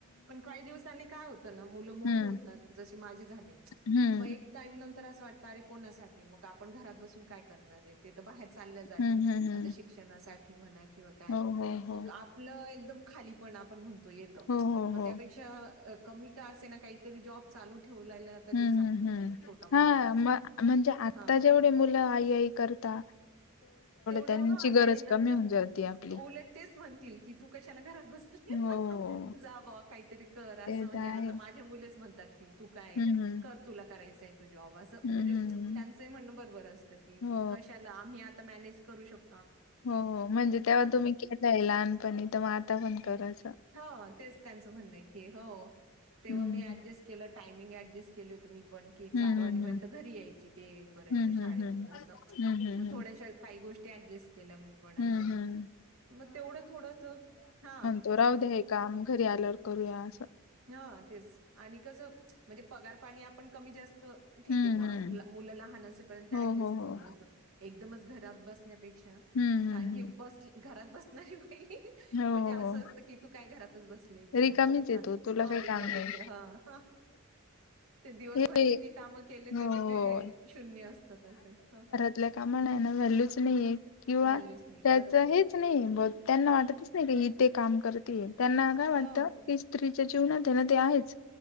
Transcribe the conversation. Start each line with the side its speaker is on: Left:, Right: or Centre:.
Right: पण काही दिवसांनी काय होत, मुलं मोठे
Left: हम्म
Right: होतात, जसे माझे झाले,
Left: हम्म
Right: म एक टाईम नंतर असं वाटतं अरे कोणासाठी, मग आपण घरात बसून काय करणारे. ते तर बाहेर चालल्या जातील,
Left: हम्म हम्म हम्म
Right: आता शिक्षणासाठी म्हणा किंवा काय,
Left: हो हो हो
Right: मग आप आपलं एकदम खालीपण आपण म्हणतो येत,
Left: हो हो
Right: मग
Left: हो
Right: त्यापे क्षा कमी का असे ना, काहीतरी जॉब चालू ठेवलेला कधी
Left: हम्म
Right: चांगला
Left: हम्म
Right: असतो,
Left: हम्म
Right: छोटा मोठा
Left: हा
Right: का असे
Left: म
Right: ना,
Left: म्हणजे आता
Right: हा.
Left: जेवढे मुलं आई आई करता
Right: तेवढं
Left: त्यांची
Right: ह,
Left: गरज
Right: नई नंतर
Left: कमी होऊन जाते आपली
Right: उलट तेच म्हणतील, की तू कशाला घरात बसली.
Left: हो.
Right: जा बा काहीतरी कर, असं
Left: ते
Right: म्हणजे,
Left: तर आहे
Right: आता माझे मुलेच म्हणतात की तू काय?
Left: हम्म हम्म
Right: कर तुला करायचाये तो जॉब असं,
Left: हम्म
Right: म्हणजे
Left: हम्म
Right: त्यांचंही म्हणणं बरोबर असतं, की
Left: हो
Right: कशाला आम्ही मॅनेज करू शक
Left: हो, हो, म्हणजे तेव्हा तुम्ही केलाय लहानपणी, त म आता पण कर अस.
Right: हो तेच त्यांचं म्हणणंय की, हो. तेव्हा
Left: हम्म
Right: मी ऍडजस्ट केलं, टायमिंग ऍडजस्ट केले होते मी पण, की
Left: हम्म
Right: चार वाजेपर्यंत घरी यायची, ते पर्यंत,
Left: हम्म
Right: शाळेतून
Left: हम्म हम्म
Right: अस,
Left: हम्म हम्म हम्म हम्म
Right: मग थोड्याश काही गोष्टी ऍडजस्ट केल्या, मी पण अशा.
Left: हम्म हम्म
Right: मग तेवढं थोडंस, हा.
Left: तो राहू द्या हे काम, घरी आल्यावर करूया असं.
Right: हो तेच, आणि कसं, म्हणजे पगार पाणी आपण कमी जास्त ठीके
Left: हम्म
Right: बा
Left: हम्म
Right: मुलं लहान असेपर्यंत,
Left: हो
Right: ऍडजस्ट
Left: हो
Right: करू
Left: हो
Right: असं, एकदमच घरात बस ण्यापेक्षा,
Left: हम्म
Right: कारण
Left: हम्म
Right: की
Left: हम्म
Right: बस घरात बसणारी बाई
Left: हो.
Right: म्हणजे असं असतं की तू काय घरातच बसलेलीये
Left: रिकामीच
Right: असं,
Left: आहे
Right: अस
Left: तू तुला
Right: हो
Left: काही
Right: रिकामीचे
Left: काम नाही.
Right: ह. ते दिवसभर
Left: हे
Right: किती काम केले
Left: हो
Right: तरी,
Left: हो
Right: ते शून्य असतात असे, ह.
Left: आपल्या कामाना व्हॅल्यूच नाहीये, किंवा
Right: व्हॅल्यूच नाही
Left: त्याच
Right: बरोबर आहे.
Left: हे नाही बा, त्यांना वाटतच नाही इथे काम करतीये, त्यांना काय वाटत
Right: हो,
Left: स्त्रीच्या जीवनातेना ते आहेच,